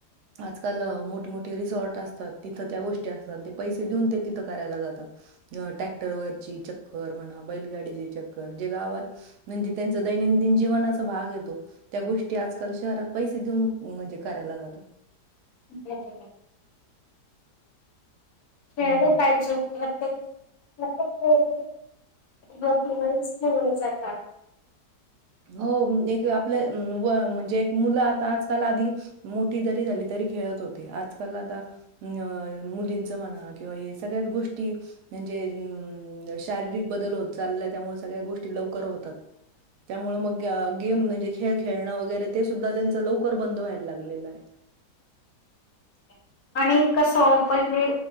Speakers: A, on the right; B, on the left.
A: आजकाल मोठेमोठे रिसॉर्ट असतात तिथं त्या गोष्टी असतात, पैसे देऊन ते तिथ करायला जातात, टॅक्टर वरचे चक्कर म्हणा बैलगाडीची चक्कर, जे गावात म्हणजे त्यांच दैनंदिन जीवनाचा भाग हाय तो त्या गोष्टी आजकाल शहरात पैसे देऊन म्हणजे करायला जातात.
B: बरोबर. खेळलं
A: हं.
B: पाहिजे, प्रत्येक <unintelligible> <unintelligible>
A: हो एक आपलं म्हणजे एक मुलं आता आजकाल आधी मोठी जरी झाली तरी ते खेळत होते आज-काल आत्ता न मुलींचं म्हणा सगळ्याच गोष्टी म्हणजे शारीरिक बदल होत चालाय त्यामुळे सगळ्या गोष्टी लवकर होतात.
B: <inaudible>
A: त्यामु मग गेम म्हणजे खेळ खेळणं वगैरे ते सुद्धा त्यांचा लवकर बंद व्हायला लागलेलं आहे
B: <inaudible> आणि कस पहिले